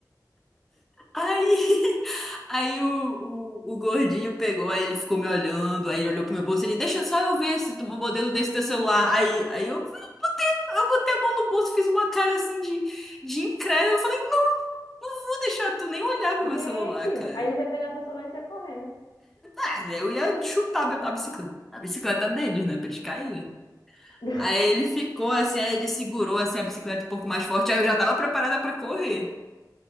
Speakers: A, in the centre; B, on the left.
A: Aí, <laughs> aí o, o, o gordinho pegou, aí ele ficou me olhando, aí ele olhou pro meu bolso, ele, deixa só eu ver se tu um modelo desse teu celular. Aí, aí eu, eu botei a mão no bolso, fiz uma cara assim de, de incrédulo, não vou deixar tu nem olhar pro
B: Gente,
A: meu celular, cara.
B: aí eles iam pegar teu celular e sair correndo.
A: Ah, eu ia chutar a bicicleta. A bicicleta deles, né? Pra eles caírem.
B: <laughs>
A: Aí ele ficou assim, aí ele segurou assim a bicicleta um pouco mais forte, aí eu já tava preparada pra correr.